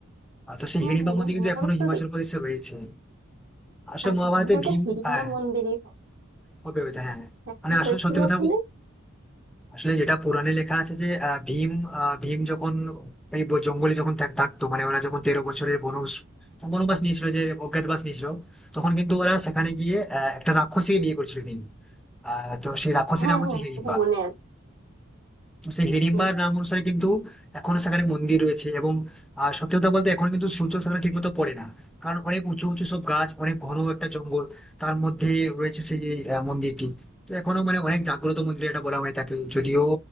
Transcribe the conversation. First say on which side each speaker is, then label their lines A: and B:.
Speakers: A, in the centre; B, on the right.
A: আর তো সেই
B: হ্যাঁ
A: হিড়িম্বা
B: হ্যাঁ
A: মন্দির
B: মহাভারত
A: কিন্তু এখনো
B: তো
A: হিমাচল
B: দেখি
A: প্রদেশে রয়েছে আসলে
B: আচ্ছা
A: মহাভারতে
B: তাহলে ওটা
A: ভীম
B: হিড়িম্বা
A: হ্যাঁ
B: মন্দিরই হবে
A: হবে ওইটা হ্যাঁ
B: হ্যাঁ
A: মানে
B: কি
A: আসলে
B: হয়েছিল
A: সত্যি কথা
B: ওখানে
A: বল- আসলে যেটা পুরাণে লেখা আছে যে আহ, ভীম আহ, ভীম যখন এই ব- জঙ্গলে যখন থাক- থাকতো মানে ওরা যখন তেরো বছরের বনবাস বনবাস নিয়েছিল যে অজ্ঞাতবাস নিয়েছিল তখন কিন্তু ওরা সেখানে গিয়ে আহ, একটা রাক্ষসীকে বিয়ে করেছিল ভীম আহ, তো সেই রাক্ষসীর
B: হ্যাঁ
A: নাম হচ্ছে
B: হ্যাঁ
A: হিড়িম্বা
B: এটা মনে আছে
A: সেই হিড়িম্বার
B: হুম
A: নাম অনুসারে কিন্তু এখনো সেখানে মন্দির রয়েছে এবং আহ, সত্যি কথা বলতে এখন কিন্তু সূর্য সেখানে ঠিকমতো পড়ে না কারণ অনেক উঁচু উঁচু সব গাছ অনেক ঘন একটা জঙ্গল তার মধ্যে রয়েছে সেই আহ, মন্দিরটি তো এখনো মানে অনেক জাগ্রত মন্দির এটা বলা হয় তাকে যদিও